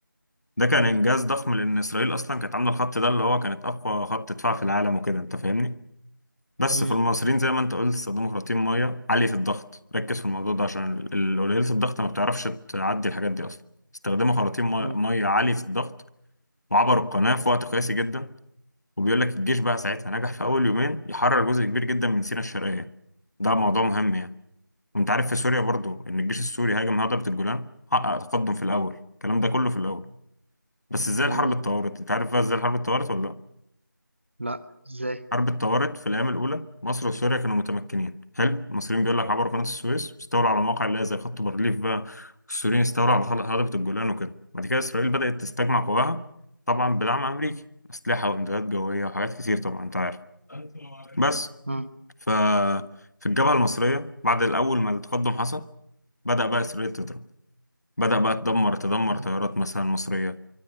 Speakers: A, on the left; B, on the right.
A: ده كان
B: امم
A: انجاز ضخم لان اسرائيل اصلا كانت عامله الخط ده اللي هو كانت اقوى خط دفاع في العالم وكده، انت فاهمني؟ بس
B: امم
A: فالمصريين زي ما انت قلت استخدموا خراطيم ميه عاليه الضغط ركز في الموضوع ده عشان ال- ال- قليله الضغط ما بتعرفش تعدي الحاجات دي اصلا استخدموا خراطيم مي-
B: امم
A: ميه عاليه الضغط وعبروا القناه في وقت قياسي جدا وبيقول لك الجيش بقى ساعتها نجح في اول يومين يحرر جزء كبير جدا من سيناء الشرقيه ده موضوع مهم يعني وانت عارف في سوريا برضو ان الجيش السوري هاجم هضبه الجولان حقق تقدم في الاول الكلام ده كله في الاول بس ازاي
B: جميل
A: الحرب اتطورت انت عارف بقى ازاي الحرب اتطورت ولا لا
B: لا ازاي
A: حرب الطوارئ في الأيام الأولى مصر وسوريا كانوا متمكنين حلو المصريين بيقول لك عبروا قناة السويس واستولوا على مواقع اللي هي زي خط بارليف بقى والسوريين استولوا على خل- هضبة الجولان وكده بعد كده إسرائيل بدأت تستجمع قواها طبعا بدعم أمريكي أسلحة وإمدادات جوية وحاجات كتير طبعا أنت عارف بس
B: مم.
A: ف في الجبهة المصرية بعد الأول ما التقدم حصل بدأ بقى إسرائيل تضرب بدأ بقى تدمر تدمر
B: مم.
A: طيارات مثلا مصرية